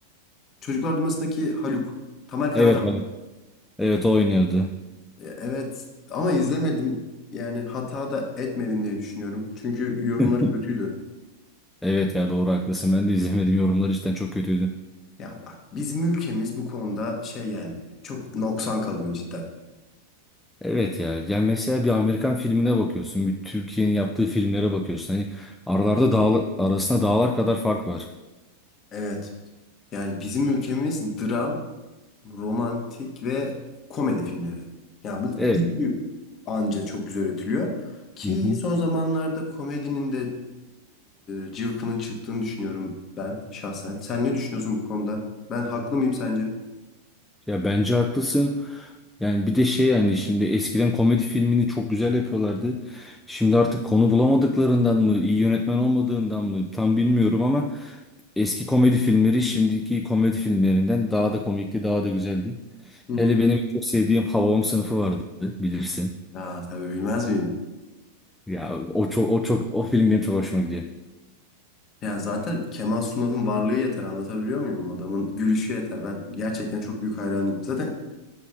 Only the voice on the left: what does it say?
Çocuklar Dünyası'ndaki Haluk. Tamer
Karadağ.
E, Evet ama izlemedim. Yani hata da etmedim diye düşünüyorum. Çünkü yorumları
kötüydü.
Ya bak bizim ülkemiz bu konuda şey yani çok noksan kalıyor cidden.
Evet. Yani bizim ülkemiz dram romantik ve komedi filmleri. Yani bu
üçü anca çok güzel üretiliyor. Ki
son zamanlarda komedinin de e, cıvkının çıktığını düşünüyorum ben şahsen. Sen ne düşünüyorsun bu konuda? Ben haklı mıyım sence?
Hı hı.
Aa, tabii bilmez miyim?
Ya zaten Kemal Sunal'ın varlığı yeter anlatabiliyor muyum? O adamın gülüşü yeter. Ben gerçekten çok büyük hayranıyım. Zaten